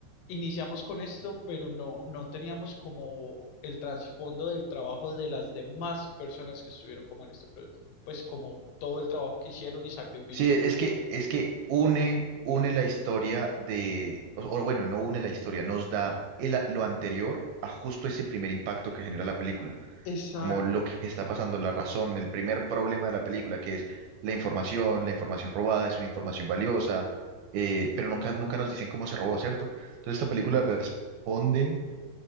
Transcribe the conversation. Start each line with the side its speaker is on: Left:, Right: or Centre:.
Left: iniciamos con esto, pero no, no teníamos como el trasfondo del trabajo de las demás personas que estuvieron como en este proyecto, pues como todo el trabajo que hicieron y sacrificios.
Right: Sí, es que, es que une, une la historia de, o, o bueno, no une la historia, nos da el a- lo anterior a justo ese primer impacto que genera la película.
Left: Exacto,
Right: como lo que está pasando, la razón, el primer problema de la película, que es la información, la información robada, es una información valiosa, eh, pero nunca, nunca nos dicen cómo se robó, ¿cierto? Entonces esta película responde